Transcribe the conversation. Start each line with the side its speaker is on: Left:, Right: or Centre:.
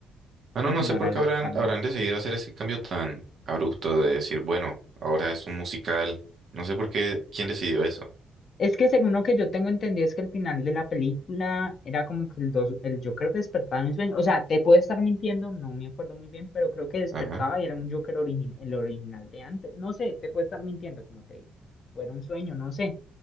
Right: Mano,
Left: Ignórala
Right: no no sé por qué habrán,
Left: totalmente.
Right: habrán decidido hacer ese cambio tan abrupto de decir, bueno, ahora es un musical. No sé por qué, quién decidió eso.
Left: Es que según lo que yo tengo entendido es que el final de la película era como que el, dos, el Joker despertaba en sueño. O sea, te puedo estar mintiendo, no me acuerdo muy bien, pero creo que despertaba
Right: Ajá.
Left: y era un Joker origin, el original de antes. No sé, te puedo estar mintiendo, como te digo. O era un sueño, no sé.